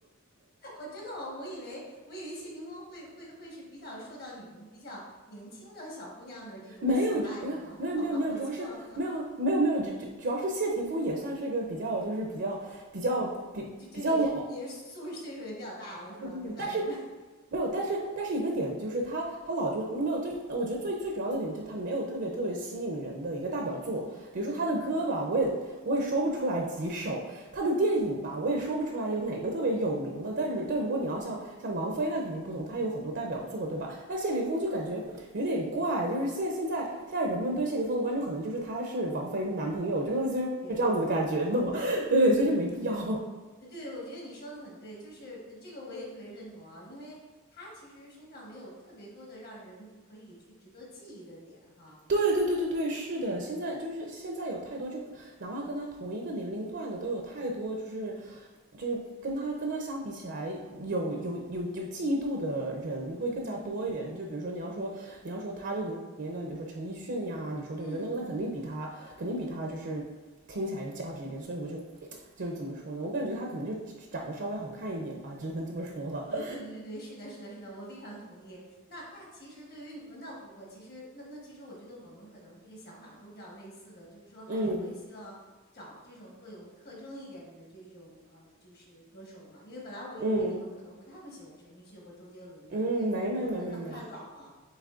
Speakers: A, on the left; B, on the right.
A: <laughs> 哦，真的吗？我以为我以为谢霆锋会会会是比较受到你们比较年轻的小姑娘的这种喜爱的，
B: <laughs> 没有没有没有没有没有，
A: 好吧，我错了，
B: 主要是没有没有没有，主主主要是谢霆锋也算是个比较就是比较比较比比较老
A: 就就也是也是岁数岁数也比较大了，是吧？明白明白，
B: 的但是没有，但是但是一个点就是他他老就没有，就我觉得最最主要的点就是他没有特别特别吸引人的一个大表作，比如说他的歌吧，我也我也说不出来几首，他的电影吧，
A: 嗯，
B: 我也说不出来有哪个特别有名的，但是但如果你要像像王菲那肯定不同，他有很多代表作，对吧？
A: 对
B: 但谢霆锋就感觉有点怪，就是现现在现在人们对谢霆锋的关注可能就是他是王菲男朋友，就是类似于这样子的感觉，
A: 对对
B: 你懂吗？<laughs> 对，所以就没必要。
A: 呃，对，我觉得你说的很对，就是呃这个我也特别认同啊，因为他其实身上没有特别多的让人可以去值得记忆的点哈。
B: 对对对对对，是的，现在就是现在有太多，就哪怕跟他同一个年龄段的，都有太多，
A: 嗯哼，
B: 就是就是跟他跟他相比起来，有有有有记忆度的人会更加多一点。
A: 嗯哼，嗯哼，
B: 就比如说你要说你要说他这个年龄段，比如说陈奕迅呀，你说对不对？
A: 嗯嗯，
B: 那个那肯定比他肯定比他就是听起来有价值一点。
A: 对。
B: 所以我就 <tsk> 就怎么说呢？我感觉他可能就长得稍微好看一点吧，只能这么说了。
A: 呃，
B: <laughs>
A: 对对对对，是的，是的，是的，我非常同意。那那其实对于你，那我其实那那其实我觉得我们可能这个想法都比较类似的，就是说还是会希望找这种各有特征一点的这种呃，
B: 嗯
A: 就是歌手嘛。因为本来我以为你们可能不太会喜欢陈奕迅或周杰伦的，
B: 嗯嗯，
A: 因为有可能他们太老了。
B: 没没没没没。